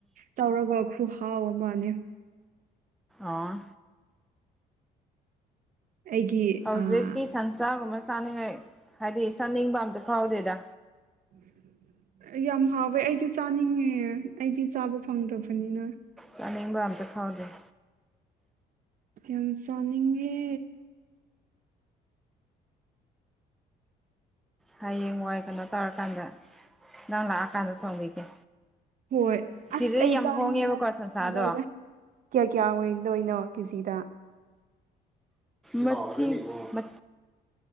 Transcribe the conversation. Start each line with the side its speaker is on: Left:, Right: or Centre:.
Right: ꯇꯧꯔꯒ ꯍꯥꯎ ꯃꯥꯅꯦ
Centre: ꯑꯣ
Right: ꯑꯩꯒꯤ
Centre: ꯍꯧꯖꯤꯛꯇꯤ
Right: ꯑꯥ
Centre: ꯁꯟꯁꯥꯒꯨꯝꯕ ꯆꯥꯅꯤꯡꯉꯥꯏ ꯍꯥꯏꯗꯤ ꯆꯥꯅꯤꯡꯕ ꯑꯝꯇ ꯐꯥꯎꯗꯦꯗ
Right: <unintelligible> ꯌꯥꯝ ꯍꯥꯎꯋꯦ ꯑꯩꯗꯤ ꯆꯥꯅꯤꯡꯉꯦ ꯑꯩꯗꯤ ꯆꯥꯕ ꯐꯪꯗ꯭ꯔꯕꯅꯤꯅ
Centre: ꯆꯥꯅꯤꯡꯕ ꯑꯝꯇ ꯐꯥꯎꯖꯩ
Right: ꯌꯥꯝ ꯁꯥꯅꯤꯡꯉꯦ
Centre: ꯍꯌꯦꯡ ꯋꯥꯏ ꯀꯩꯅꯣ ꯇꯧꯔꯀꯥꯟꯗ ꯅꯪ ꯂꯥꯛꯑꯀꯥꯟꯗ ꯊꯣꯡꯕꯤꯒꯦ
Right: ꯍꯣꯏ
Centre: ꯁꯤꯗꯗꯤ
Right: ꯑꯁ ꯑꯩ
Centre: ꯌꯥꯝ
Right: ꯆꯥꯉꯦꯅꯁ
Centre: ꯍꯣꯡꯉꯦꯕꯀꯣ ꯁꯟꯁꯥꯗꯣ
Right: ꯀꯤꯗꯧꯔꯦ ꯀꯌꯥ ꯀꯌꯥ ꯑꯣꯏꯗꯣꯏꯅꯣ ꯀꯦꯖꯤꯗ
Centre: ꯃꯤ ꯃ